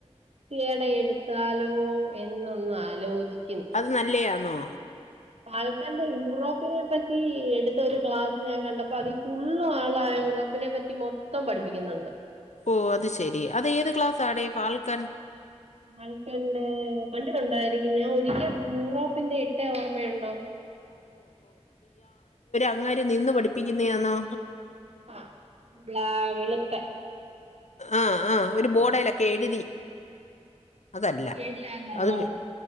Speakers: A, on the right (about 60°); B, on the left (about 80°).
A: ീടെ എടുത്താലോ എന്നൊന്ന് ആലോചിക്ക
B: അത് നല്ലയാണോ
A: ഫാൽക്കൻ യൂറോപ്പിനെ പറ്റി എടുത്ത ഒരു ക്ലാസ് ഞാൻ കണ്ടപ്പോ അതി ഫുള്ളും ആളായി. യൂറോപ്പിനെ പറ്റി മൊത്തം പഠിപ്പിക്കുന്നുണ്ട്.
B: ഓ അത് ശെരി അതു ഏത് ക്ലാസാഡാ ഫാൽക്കൻ.
A: ഫാൽക്കൻ പണ്ട് ഉണ്ടായിരിക്കും ഞാൻ ഒരിക്കൽ യൂറോപ്പിന്റെ ഇട്ട ഓർമയുണ്ടോ?
B: അങ്ങ നിന്ന് പഠിപ്പിക്കുന്ന ആണോ
A: അല്ല രാവിലത്തെ
B: ആഹ ആഹ ഒരു ബോഡലൊക്കെ എഴുതി അതല്ല
A: അല്ല അല്ലാതെ
B: അത്